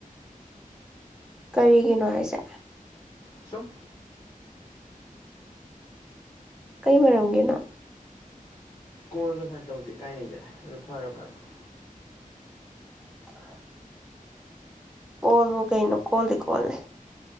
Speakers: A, in the centre; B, on the left (about 25°).
A: ꯀꯔꯤꯒꯤꯅꯣ ꯍꯥꯏꯁꯦ
B: ꯁꯨꯝ
A: ꯀꯩ ꯃꯔꯝꯒꯤꯅꯣ
B: ꯀꯣꯔꯒ ꯁꯃꯥꯏꯅ ꯇꯧꯁꯦ ꯏꯀꯥꯏꯅꯖꯔꯦ ꯑꯗꯨꯣ ꯐꯔ ꯐꯔ ꯐꯔꯦ
A: <inaudible> ꯑꯣꯜꯕ ꯀꯩꯅꯣ ꯀꯣꯜꯂꯤ ꯀꯣꯜꯂꯦ